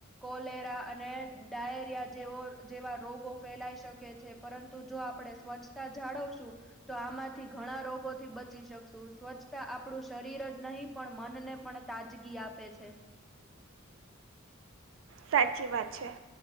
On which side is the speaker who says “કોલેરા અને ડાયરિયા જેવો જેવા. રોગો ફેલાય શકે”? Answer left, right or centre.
Centre